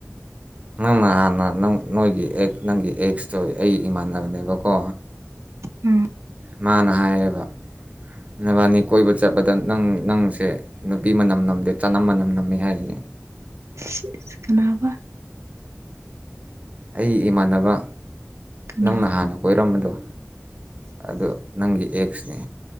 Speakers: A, on the right; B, on the right.
A: ꯅꯪꯅ ꯍꯥꯟꯅ ꯅꯪ ꯅꯣꯏꯒꯤ ꯑꯦꯛ ꯅꯪꯒꯤ ꯑꯦꯛꯁꯇꯣ ꯑꯩ ꯏꯃꯥꯟꯅꯕꯅꯦꯕꯀꯣ
B: ꯎꯝ
A: ꯃꯥꯅ ꯍꯥꯏꯌꯦꯕ ꯅꯕꯥꯟꯅꯤ ꯀꯣꯏꯕ ꯆꯠꯄꯗ ꯅꯪ ꯅꯪꯁꯦ ꯅꯨꯄꯤ ꯃꯅꯝ ꯅꯝꯗꯦ ꯆꯅꯝ ꯃꯅꯝ ꯅꯝꯃꯤ ꯍꯥꯏꯔꯤꯌꯦ
B: ꯏꯁ ꯏꯁ ꯀꯅꯥꯕ
A: ꯑꯩ ꯏꯃꯥꯟꯅꯕ
B: ꯀꯅꯥ
A: ꯅꯪꯅ ꯍꯥꯟꯅ ꯀꯣꯏꯔꯝꯕꯗꯣ ꯑꯗꯨ ꯅꯪꯒꯤ ꯑꯦꯛꯁꯅꯤ